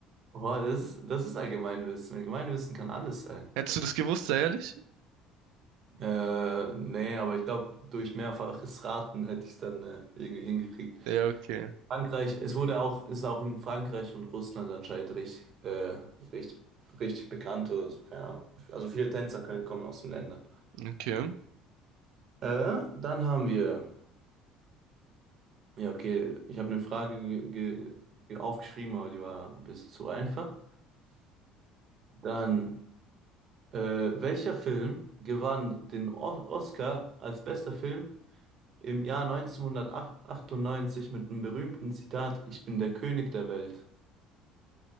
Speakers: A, on the right; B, on the right.
A: Boah, das ist, das ist Allgemeinwissen. Allgemeinwissen kann alles sein.
B: Hättest du das gewusst, sei ehrlich?
A: Äh, nee, aber ich glaube, durch mehrfaches Raten hätte ich es dann äh, irgendwie hingekriegt.
B: Ja, okay,
A: Frankreich, es wurde auch, ist auch in Frankreich und Russland anscheinend richtig, äh, richtig, richtig bekannt oder so, keine Ahnung. Also viele Tänzer können, kommen aus den Ländern.
B: okay.
A: Äh, dann haben wir, ja, okay, ich habe eine Frage ge ge ge- aufgeschrieben, aber die war ein bisschen zu einfach. Dann, äh, welcher Film gewann den o Oscar als bester Film? Im Jahr 1998 mit einem berühmten Zitat, Ich bin der König der Welt.